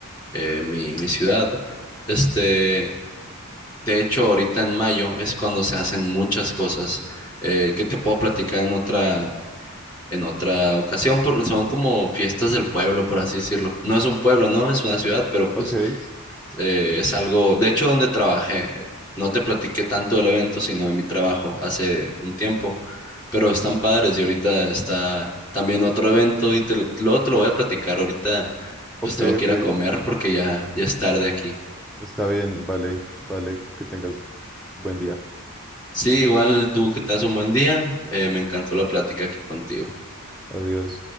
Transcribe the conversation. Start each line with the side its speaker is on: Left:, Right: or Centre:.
Left: eh, mi, mi ciudad. Este, De hecho, ahorita en mayo es cuando se hacen muchas cosas eh, que te puedo platicar en otra, en otra ocasión, porque son como fiestas del pueblo, por así decirlo. No es un pueblo, ¿no? Es una ciudad, pero pues
Centre: Ok,
Left: eh, es algo, de hecho, donde trabajé, eh, no te platiqué tanto del evento, sino de mi trabajo hace un tiempo, pero están padres y ahorita está también otro evento y te, lo- luego te lo voy a platicar ahorita,
Centre: ok,
Left: pues tengo que
Centre: ok.
Left: ir a comer porque ya, ya es tarde aquí.
Centre: Está bien, vale, vale, que tengas buen día.
Left: Sí, igual tú que tengas un buen día. eh, me encantó la plática aquí contigo.
Centre: Adiós.